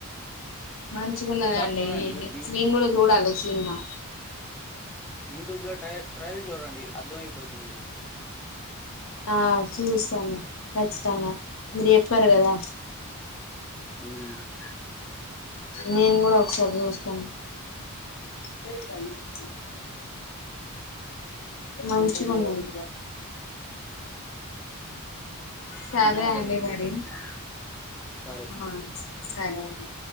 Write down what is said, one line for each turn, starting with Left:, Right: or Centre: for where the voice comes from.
Left: మంచిగున్నదండి
Centre: ఒకసారి చూడండి యూ యూ
Left: నేను కూడా చూడాలి సినిమా
Centre: యూట్యూబ్ లో ట్రయ ట్రయల్ చూడండి అర్థం అయిపోయిది మీకు
Left: ఆ చూస్తాను ఖచ్చితంగా మీరు చెప్పారు కదా
Centre: హ్మ్
Left: నేను కూడా ఒకసారి చూస్తాను వేరే పని ఇత్తాను మంచిగ ఉండాలి సరే
Centre: సినిమా
Left: అండి
Centre: భలే ఉండిద్దండి
Left: మరి
Centre: మా సరే
Left: అ సరే అండి